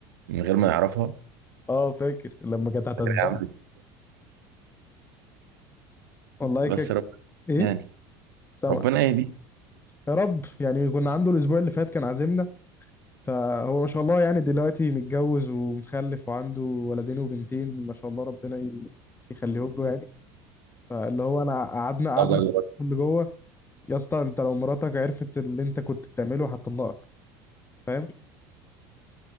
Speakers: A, on the right; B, on the left.
A: من غير ما يعرفها
B: آه، فاكر لما كانت هتعزمنا
A: فاكر يا عم
B: والله
A: بس
B: كده
A: رب
B: ايه
A: يعني
B: سامع
A: ربنا يهديه
B: يا رب يعني كنا عنده الاسبوع اللي فات كان عازمنا فهو ما شاء الله يعني دلوقتي متجوز ومخلف وعنده ولدين وبنتين ما شاء الله ربنا ي- يخليهم له يعني فاللي هو انا قعدنا قعدنا
A: الله يرحمه.
B: اللي جوه يا اسطى انت لو مراتك عرفت اللي انت كنت بتعمله هتطلقك فاهم